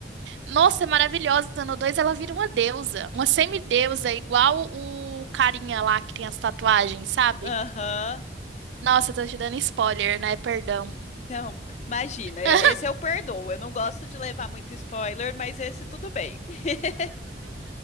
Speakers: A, on the right; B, on the left.
A: nossa, é maravilhosa. No 2 ela vira uma deusa, uma semideusa, igual o carinha lá que tem as tatuagens, sabe?
B: Aham.
A: Nossa, eu tô te dando spoiler, né? Perdão.
B: Não, imagina, eu-
A: <laughs>
B: esse eu perdoo. Eu não gosto de levar muito spoiler, mas esse tudo bem. <laughs>